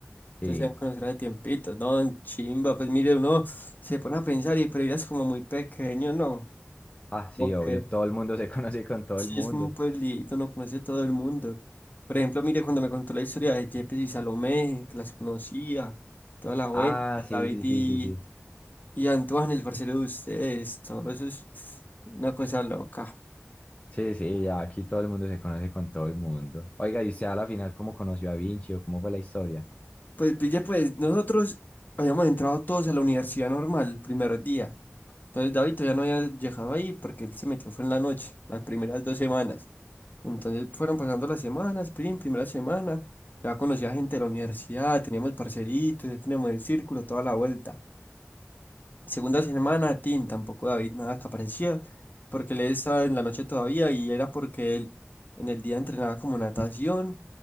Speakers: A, on the left; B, on the left.
A: Entonces
B: Sí.
A: se deben conocer hace tiempito, ¿no? Chimba, pues mire, uno se pone a pensar y pero ella es como muy pequeño, ¿no?
B: Ah, sí,
A: Ok.
B: obvio, todo el mundo se <laughs> conoce con todo
A: Sí,
B: el mundo.
A: es como un pueblito, no conoce todo el mundo. Por ejemplo, mire, cuando me contó la historia de Yepes y Salomé, que las conocía, toda la vuelta,
B: Ah, sí,
A: David
B: sí,
A: y,
B: sí, sí, sí.
A: y Antoine, el parcero de ustedes, todo eso es una cosa loca.
B: Sí, sí, ya aquí todo el mundo se conoce con todo el mundo. Oiga, ¿y usted a la final cómo conoció a Vinci o cómo fue la historia?
A: Pues pille, pues nosotros habíamos entrado todos a la universidad normal el primer día. Entonces David todavía no había llegado ahí porque él se metió fue en la noche, las primeras dos semanas. Entonces fueron pasando las semanas, prim, primera semana, ya conocía gente de la universidad, teníamos parceritos, ya teníamos el círculo, toda la vuelta. Segunda semana, Tim, tampoco David nada que aparecía, porque él estaba en la noche todavía y era porque él en el día entrenaba como natación